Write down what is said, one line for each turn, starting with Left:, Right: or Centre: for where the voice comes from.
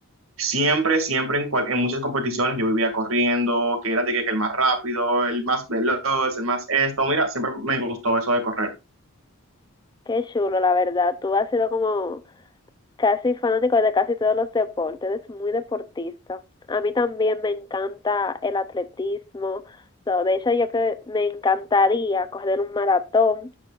Right: Siempre, siempre en, cual- en muchas competiciones yo vivía corriendo, que era de que que el más rápido, el más veloz, el más esto. Mira, siempre me gustó eso de correr.
Left: Qué chulo, la verdad. Tú has sido como casi fanático de casi todos los deportes, eres muy deportista. A mí también me encanta el atletismo. So, de hecho, yo que me encantaría correr un maratón.